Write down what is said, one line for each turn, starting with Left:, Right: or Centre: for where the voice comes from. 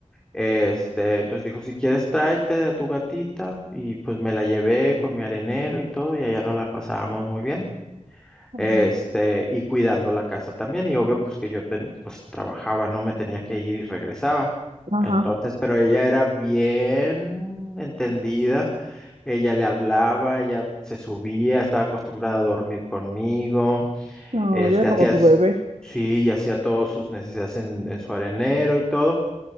Centre: este, entonces dijo, si quieres tráete a tu gatita y pues me la llevé con mi arenero y todo y allá no la pasábamos muy bien.
Right: no.
Centre: Este, y cuidando la casa también, y obvio, pues que yo ten- pues trabajaba, no me tenía que ir y regresaba.
Right: Ajá.
Centre: Entonces, pero ella era bien entendida ella le hablaba, ella se subía, estaba acostumbrada a dormir conmigo,
Right: No,
Centre: este,
Right: yo era
Centre: hacía,
Right: como tu
Centre: s-
Right: bebé.
Centre: sí, y hacía todas sus necesidades en, en su arenero y todo.